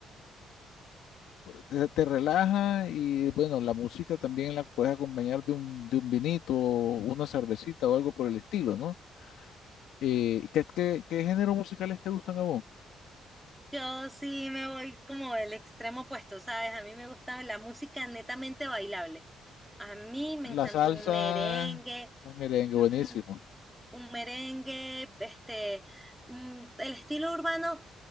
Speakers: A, on the left; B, in the centre.
A: te, te relaja y bueno, la música también la puedes acompañar de un, de un vinito, o una cervecita o algo por el estilo, ¿no? Eh, ¿qué, qué, qué géneros musicales te gustan a vos?
B: Yo sí me voy como el extremo opuesto, ¿sabes? A mí me gusta la música netamente bailable. A mí me
A: La
B: encanta
A: salsa,
B: un merengue,
A: el merengue, buenísimo.
B: un, un merengue, este, mm, el estilo urbano